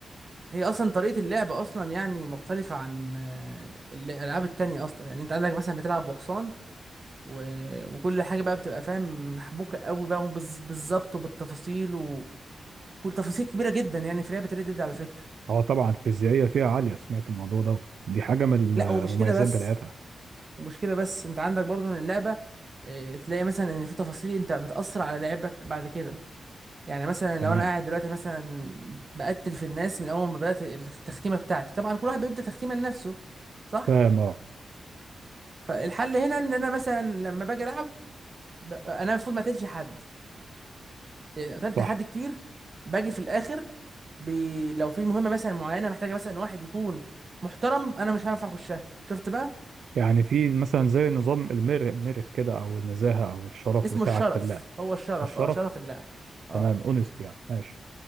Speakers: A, on the right; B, on the right.
A: هي أصلا طريقة اللعب أصلا يعني مختلفة عن آه، الألعاب التانية أصلا يعني أنت عندك مثلا بتلعب بحصان و... وكل حاجة بقى بتبقى فاهم محبوكة قوي بقى وبز- بالظبط وبالتفاصيل وكل تفاصيل كبيرة جدا يعني في لعبة ريد ديد على فكرة
B: اه طبعا الفيزيائية فيها عالية سمعت الموضوع دوت دي حاجة من
A: لا
B: المميزات
A: ومش كده بس
B: بتاعتها
A: ومش كده بس انت عندك برضو ان اللعبه اه، تلاقي مثلا ان في تفاصيل انت بتاثر على لعبك بعد كده يعني مثلا لو
B: تمام
A: انا قاعد دلوقتي مثلا بقتل في الناس من اول ما بدات التختيمه بتاعتي طبعا كل واحد بيبدا تختيمه لنفسه صح
B: فاهم اه
A: فالحل هنا ان انا مثلا لما باجي العب ب- انا المفروض ما قتلش حد لان قتلت
B: صح
A: حد كتير باجي في الاخر بي... لو في مهمه مثلا معينه محتاجه مثلا واحد يكون محترم انا مش هينفع اخشها شفت بقى
B: يعني في مثلا زي نظام المير- الميرت كده او النزاهة او الشرف
A: اسمه
B: بتاعك
A: الشرف
B: في اللعب
A: هو الشرف
B: اسمه الشرف
A: اه شرف اللاعب اه
B: تمام اونست يعني ماشي